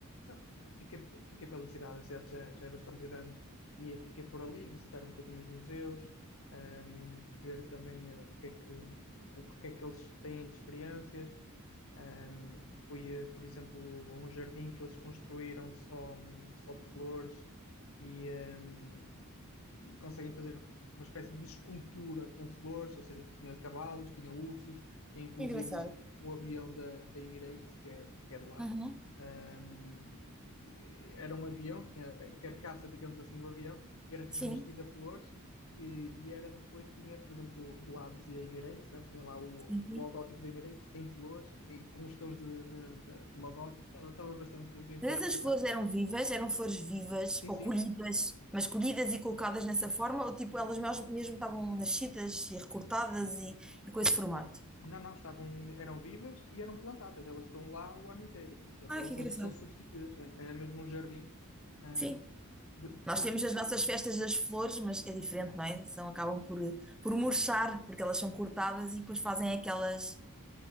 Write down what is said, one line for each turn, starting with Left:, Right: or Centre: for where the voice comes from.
Left: Não, fiquei, fiquei pela cidade, a cidade já, já é bastante grande e fiquei por ali visitar um bocadinho os museus, ahm, ver também eh, o que é que, o que é que eles têm de experiências. Ahm, fui, eh, por exemplo, a um jardim que eles construíram só, hum, só de flores e, hum, e conseguem fazer uma espécie de escultura com flores, ou seja, tinha cavalos, tinha ursos, tinha inclusive
Centre: Engraçado.
Left: o, o avião da, da Emirates, que é, que é de lá.
Centre: Uhum.
Left: Ahm, era um avião, tinha a carcaça, digamos assim, do avião, e era revestida
Centre: Sim,
Left: a flores, e, e era depois, tinha, por exemplo, de lá dizia Emirates, né? Tinha lá o,
Centre: sim, sim.
Left: o logótipo da Emirates em flores, em- com os tons de, de, de, de logótipo, estava estava bastante bem feito
Centre: Mas essas
Left: por acaso.
Centre: flores eram vivas, eram flores vivas
Left: Sim,
Centre: ou
Left: sim.
Centre: colhidas, mas colhidas e colocadas nessa forma, ou tipo elas mes- mesmo estavam nascidas e recortadas e, e com esse formato?
Left: Não, não, estavam, eram vivas e eram plantadas. Elas estão lá o ano inteiro. Portanto,
Centre: Ah,
Left: elas
Centre: que engraçado.
Left: não são substituídas. É, é mesmo um jardim. ah,
Centre: Sim.
Left: de- de-
Centre: Nós temos
Left: de-
Centre: as nossas festas das flores, mas é diferente, não é? São, acabam por, por murchar, porque elas são cortadas e depois fazem aquelas,